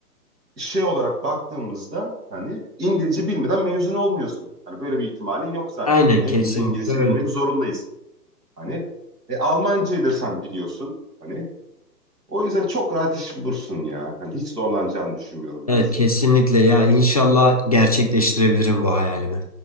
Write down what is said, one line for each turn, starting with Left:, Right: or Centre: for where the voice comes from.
Right: şey olarak baktığımızda hani İngilizce bilmeden mezun olmuyorsun. Hani böyle bir ihtimalin yok zaten.
Left: Aynen
Right: Hani
Left: kesinlikle
Right: hepimiz İngilizce
Left: öyle.
Right: bilmek zorundayız. Hani e, Almancayı da sen biliyorsun. Hani O yüzden çok rahat iş bulursun ya. Hani hiç zorlanacağını düşünmüyorum
Left: Evet
Right: ben seni.
Left: kesinlikle ya inşallah gerçekleştirebilirim bu hayalimi.